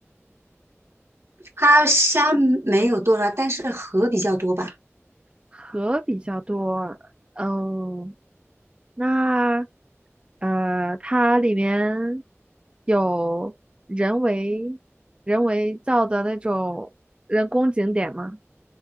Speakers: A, on the right; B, on the right.
A: 它山没有多少，但是河比较多吧，
B: 河比较多，嗯、那呃，它里面有人为人为造的那种人工景点吗？